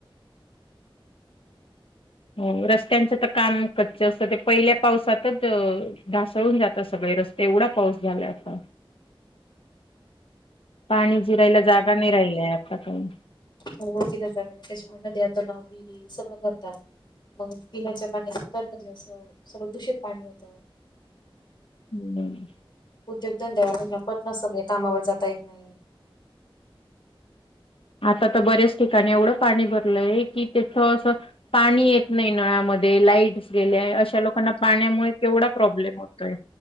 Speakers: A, on the left (about 75°); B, on the left (about 55°).
A: हो. रस्त्यांचं तर काम कच्च असतं, ते पहिल्या पावसातच ढासळून जातात सगळे रस एवढा पाऊस झालाय आत्ता. पाणी जिरायला जागा नाही राहिले आता पण.
B: होमवर्क दिल जातं. तसे पण नद्या, तलाव, विहिरी, सगळं भरतात. मग पिण्याच्या पाण्याचे पण, म्हणजे असं, सगळं दूषित पाणी होतं.
A: <inaudible>
B: उद्योग धंद्यावाल्यांना पण असं म्हणजे कामावर जाता येत नाही.
A: आता तर बऱ्याच ठिकाणी एवढं पाणी भरलंय, की तिथं असं पाणी येत नाही नळामध्ये, लाईट्स गेल्या, अशा लोकांना पाण्यामुळे केवढा प्रॉब्लेम होतोय.